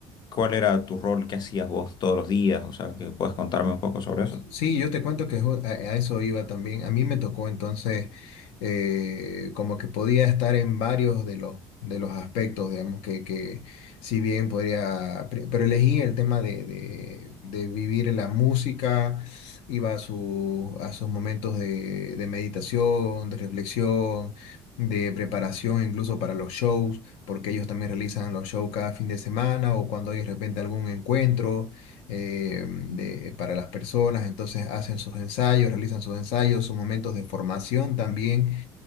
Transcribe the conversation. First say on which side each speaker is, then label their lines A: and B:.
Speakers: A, on the left; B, on the left.
A: cuál era tu rol qué hacías vos todos los días? O sea, que puedes contarme un poco sobre eso.
B: Sí, yo te cuento que ju- a, a eso iba también. A mí me tocó entonces eh, como que podía estar en varios de los, de los aspectos, digamos, que, que si bien podría, pre- pero elegí el tema de, de, de vivir la música, iba a, su, a sus momentos de, de meditación, de reflexión, de preparación incluso para los shows, porque ellos también realizan los shows cada fin de semana o cuando hay de repente algún encuentro eh, de- para las personas, entonces hacen sus ensayos, realizan sus ensayos, sus momentos de formación también